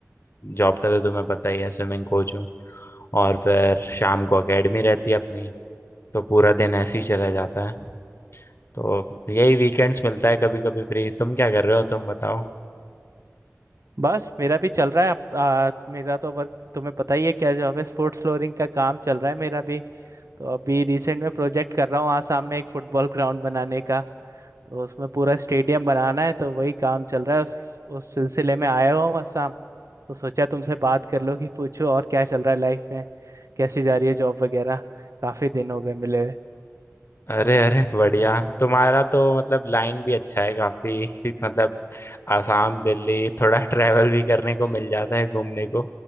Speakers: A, on the left (about 50°); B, on the right (about 75°).
A: जॉब का तो तुम्हें पता ही है स्विमिंग कोच हूँ और फिर शाम को एकेडमी रहती है अपनी तो पूरा दिन ऐसे ही चला जाता है तो यही वीकेंड्स मिलता है कभी कभी फ्री तुम क्या कर रहे हो तुम बताओ
B: बस मेरा भी चल रहा है अप- आ, मेरा तो वर्क तुम्हें पता ही है क्या जॉब है स्पोर्ट्स फ्लोरिंग का काम चल रहा है मेरा भी तो अभी रिसेंट में प्रोजेक्ट कर रहा हूँ आसाम में एक फुटबॉल ग्राउंड बनाने का तो उसमें पूरा स्टेडियम बनाना है तो वही काम चल रहा है उस उस सिलसिले में आया हुआ हूँ आसाम तो सोचा तुमसे बात कर लो कि पूछो और क्या चल रहा है लाइफ में कैसी जा रही है जॉब वगैरह काफी दिन हो गए मिले
A: अरे अरे <laughs> बढ़िया तुम्हारा तो मतलब लाइन भी अच्छा है काफी <laughs> मतलब आसाम दिल्ली थोड़ा <laughs> ट्रैवल भी करने को मिल जाता है घूमने को